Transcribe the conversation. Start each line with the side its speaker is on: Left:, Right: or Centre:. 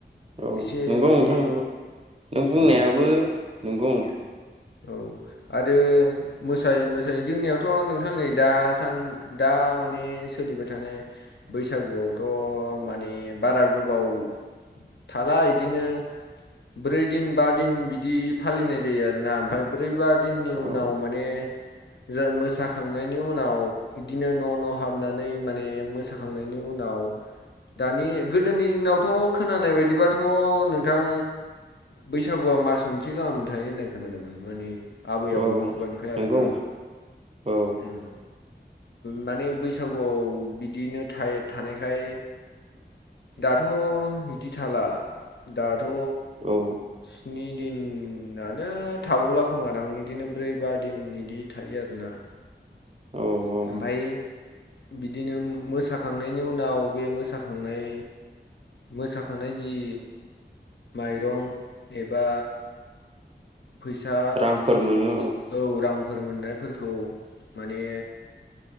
Right: औ
Left: एसे
Right: नोंगौ
Left: माने
Right: नोंथां नोंगौ नों बुंनायाबो
Left: औ
Right: नोंगौ।
Left: औ आरो मोसायो मोसायो जोंनियावथ' नोंथां नै दासान दा माने सोलिबाय थानाय बैसागुआवथ' माने बारा गोबाव थाला इदिनो ब्रै दिन बा दिन बिदि फालिनाय जायो आरोना। ओमफ्राय ब्रै बा दिननि
Right: औ
Left: उनाव माने जों मोसाखांनायनि उनाव बिदिनो न' न' हाबनानै माने मोसाखांनायनि उनाव दानि गोदोनि दिनावथ' खोनानाय बायदिबाथ' नों थां बैसागुआ मास मोनसे गाहाम थायो होननाय खोनादोंमोन माने आबै
Right: औ
Left: आबौनि खुगानिफ्राय आरो
Right: नंगौ
Left: ना
Right: औ
Left: ओम माने बैसागुआव बिदिनो थाय-थानायखाय दा थ' इदि थाला दाथ'
Right: औ।
Left: स्नि दिनानो थाबावला खोमादों बिदिनो ब्रै बा दिन बिदि थायो आरोना।
Right: औ औ
Left: ओमफफ्राय बिदिनो मोसाखांनायनि उनाव बे मोसाखांनाय। मोसाखानाय जि माइरं एबा। फैसा औ
Right: रांफोर मोनो
Left: रांफोर मोननायफोरखौ माने‌।